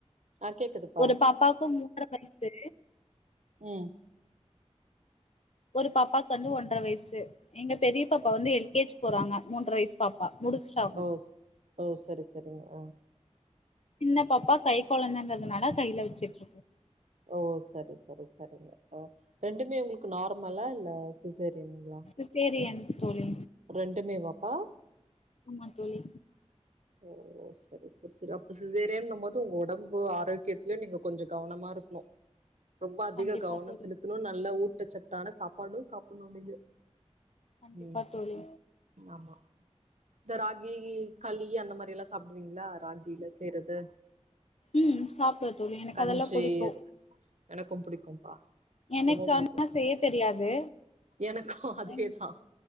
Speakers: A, on the right; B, on the left.
A: ஆ கேக்குதுப்பா
B: ஒரு பாப்பாக்கு மூன்ற வயசு
A: உம்
B: ஒரு பாப்பாக்கு வந்து ஒன்ற வயசு எங்க பெரிய பாப்பா வந்து எல் கே ஜி போறாங்க மூன்ற வயசு பாப்பா முடிச்சுட்டாங்க
A: ஓ ஓ செரி செரிங்க ஆஹ
B: சின்ன பாப்பா கை குழந்தைன்றதுனால கையில வச்சுட்டு இருக்கு
A: ஓ செரி செரி செரிங்க ஓ ரெண்டுமே உங்களுக்கு நார்மலா இல்ல சிசேரியனுகளா
B: சிசேரியன் தோழி
A: ரெண்டுமே வாப்பா
B: ஆமா தோழி
A: ஓ செரி செரி செரி அப்ப சிசேரியன் நும் போது உங்க உடம்பு ஆரோக்கியத்துல நீங்க கொஞ்சோ கவனமா இருக்கணும் ரொம்ப அதிக
B: கண்டிப்பா
A: கவனம்
B: தோழி
A: செலுத்தணும் நல்லா ஊட் ஊட்டச் சத்தான சாப்பாடும் சாப்புண்ணுனுது
B: கண்டிப்பா
A: ம்
B: தோழி
A: ஆமா இந்த ராகி களி அந் அந்த மாறில சொ சாப்பிடுவீங்களா ராகில செய்றது
B: ம் சாப்டுவ தோழி எனக்கு
A: கஞ்சி
B: அதெல்லா புடிக்கு
A: அதுக்கு எனக்கும் பிடிக்கும்பா
B: எனக்கு
A: ரொம்ப பிடிக்கும்
B: ஆனா செய்ய தெரியாது
A: எனக்கும் அதேதான்
B: எங்